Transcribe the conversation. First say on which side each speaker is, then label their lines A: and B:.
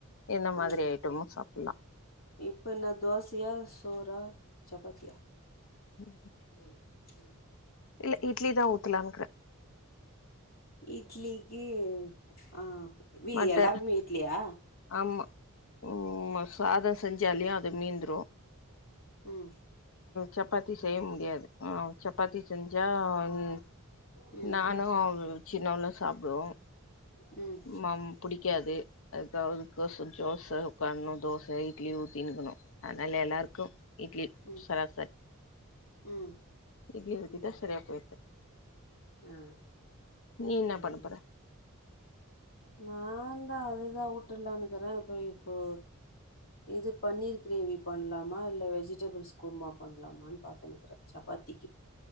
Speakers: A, on the left; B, on the left.
A: இந்த மாதிரி
B: ஆ
A: ஐட்டமும் சாப்பிடலாம்
B: இப்போ என்ன தோசையா சோறா சப்பாத்தியா
A: ம்
B: <unintelligible> ம்ம்
A: இல்ல இட்லி தான் ஊத்தலான்னுருக்கேன்
B: இட்லிக்கு ஆ
A: மட்ட
B: எல்லாருக்குமே இட்லியா
A: ஆமா ம் சாதம் செஞ்சாலயும் அதது நீீந்துர
B: ம்
A: சப்பாத்தி செய்ய முடியாது ஆ சப்பாத்தி செஞ்சா ம்
B: ம்
A: நானும் சின்னவுளும் சாப்பிடுவோம்
B: ம்
A: மா புடிக்காது அதுக்கதுக்காது சோசை கண்ணணும் தோசை இட்லி ஊத்தினுக்கணும் அதனால எல்லாருக்கும் இட்லி
B: ம்
A: சாரா
B: ம்
A: இட்லி ஊத்திடாட
B: ம்
A: சரியா போயிடுது
B: ஆ
A: நீ என்ன
B: ஆ
A: பண்ண போற
B: நாந்தான் அதுதா வுட்றலனுக்கறேன் இப்போ இப்போ இது பன்னீர் கிரேவி பண்ணலாமா இல்லை வெஜிடபிள்ஸ் குருமா பண்ணலாமான்னு பார்த்துனுக்கிறேன் சப்பாத்திக்கு